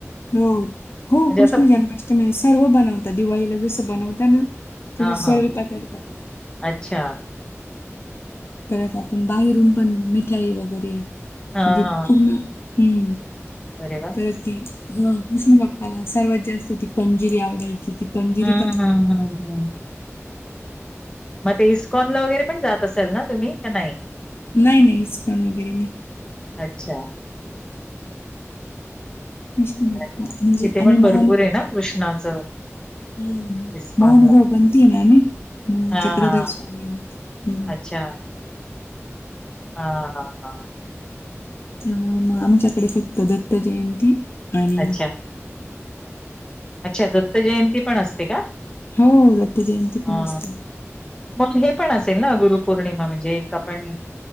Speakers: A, on the left (about 50°); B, on the left (about 15°).
A: हो हो
B: म्हणजे
A: कृष्ण
B: असं
A: जन्माष्टमी सर्व बनवता दिवाळीला जसं बनवता ना तुझं
B: हा हा
A: सर्व पदार्थ
B: अच्छा
A: परत आपण बाहेरून पण मिठाई वगैरे म्हणजे
B: हा हा
A: पूर्ण हम्म
B: अरे वा
A: परत ती ह कृष्ण बाप्पाला सर्वात जास्त ती पंजिरीआवडते किती पंजिरी
B: हम्म
A: पण
B: हम्म हम्म हम्म मग ते इस्कॉन ला वगैरे पण जात असेल ना तुम्ही का नाही
A: नाही नाही इस्कॉन वगैरे नाही
B: अच्छा.
A: कृष्ण बाप्पा
B: तिथे
A: म्हणजे आम्ही
B: पण
A: महानुभव
B: भरपूर आहे ना कृष्णाचं
A: हम्म,
B: इस्कॉनला
A: <unintelligible> हम
B: हा
A: चक्रधर
B: हा
A: स्वामी हम्म.
B: अच्छा हा हा हा
A: त्यामुळे मग आमच्याकडे फक्त दत्त जयंती आणि
B: अच्छा अच्छा दत्त जयंती पण असते का?
A: हो दत्त जयंती पण
B: हा.
A: असते ना.
B: मग हे पण असेल ना गुरुपौर्णिमा, म्हणजे एक आपण